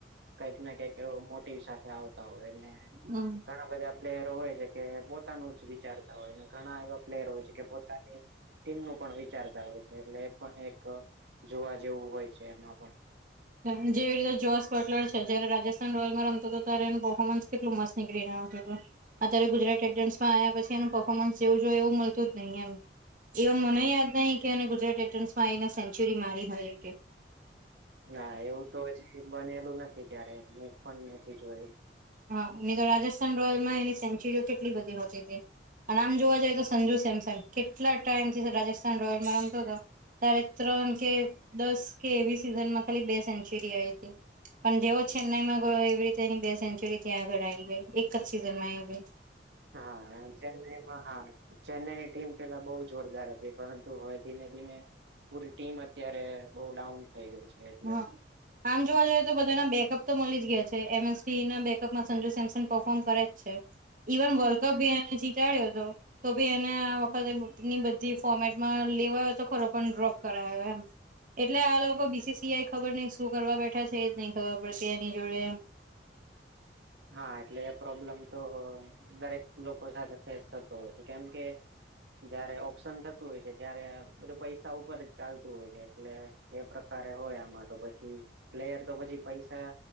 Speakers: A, on the right; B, on the right.
A: કંઈક ના કઈક એવો મોટીવ સાથે આવતા હોય ને
B: હમ
A: ઘણા બધા પ્લેયરો હોય છે કે પોતાનું જ વિચારતા હોય ને ઘણા એવા પ્લેયર હોય છે કે પોતાની તેમનું પણ વિચારતા હોય છે એટલે એ પણ એક જોવા જેવું હોય છે એમાં પણ
B: જેવી રીતે જોસ બટલર છે, જ્યારે રાજસ્થાન રોયલમાં રમતો તો તારે એનું પર્ફોર્ન્સ કેટલું મસ્ત નીકળી ને આવતું તું. અત્યારે ગુજરાત તાયટન્સમાં આયા પછી એનું પરફોર્મન્સ જેવું જોઈએ એવું મળતું જ નહી એમ. ઇવન મને
A: હા
B: યાદ નહીં કે એને ગુજરાત એટન્સ માં આઈને સેન્ચુરી મારી હોય એક એ.
A: ના એવું તો હજી બનેલું નથી ક્યારે, હું પણ નથી જોયેલું.
B: હા હી તો રાજસ્થાન રોયલમાં એની સેન્ચુરીઓ કેટલી બધી હોતી તે અને આમ જોવા જઈએ તો સંજુ સેમસંગ, કેટલા ટાઈમથી રાજસ્થાન રોયલમાં રમતો તો તારે ત્રણ કે દસ કે એવી સિઝનમાં ખાલી બે સેન્ચુરી આઈ તી. પણ જેવો છેન્નઈમાં ગયો એવી રીતે એની બે સે ન્ટ્યુરી થી આગળ આવી ગઈ, એક જ સીઝન માં એબી.
A: હા ચેન્નાઈમાં હા ચેન્નાઈની ટીમ પેલા બહુ જોરદાર હતી પરંતુ હવે ધીમે ધીમે પૂરી ટીમ અત્યારે બઉ ડાઉન થઈ ગઈ છે એટલે
B: હા આમ જોવા જઈએ તો બધાના બેકઅપ તો મળી જ ગયા છે એમએસી ના બેકઅપમાં સંજુ સેમસન પર્ફોર્મ કરે છે ઇવન વર્લ્ડ કપ ભી એને જીતાડ્યો હતો તો ભી એને આ વખતેની બધી ફોર્મેટમાં લેવાયો તો ખરો પણ ડ્રોપ કરાય્યો એમ એટલે આ લોકો બીસીસીઆઈ ખબર નહી શું કરવા બેઠા છે એ જ નઈ ખબર પડતી એની જોડે એમ
A: હા એટલે એ પ્રોબ્લેમ તો દરેક લોકો સાથે ફેસ થતો હોય છે કેમ કે જયારે ઓપ્શન થતું હોય છે ત્યારે બધું પૈસા ઉપર જ ચાલતું હોય છે એટલે એ પ્રકારે હોય આમાં તો પછી પ્લેયર તો પછી પૈસા